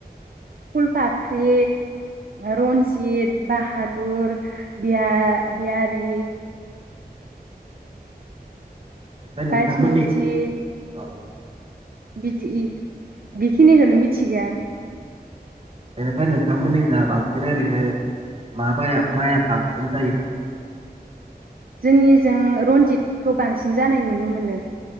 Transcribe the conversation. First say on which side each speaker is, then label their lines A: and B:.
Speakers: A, on the right (about 60°); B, on the right (about 35°).
A: फुलफाख्रि, रन्जित, बाहादुर, बिया बियारि
B: बेनिफ्राय
A: बायिस
B: नोंथांमोननि
A: मुथि
B: अ
A: बिदि इ बेखिनिखौनो मिथिगो आं।
B: बेनिफ्राय नोंथांमोननि जा बांसिन ओरैनो माबाया माइआ बांसिन जायोमोन?
A: जोंनिजों रन्जितखौ बांसिन जानाय नुनो मोनो।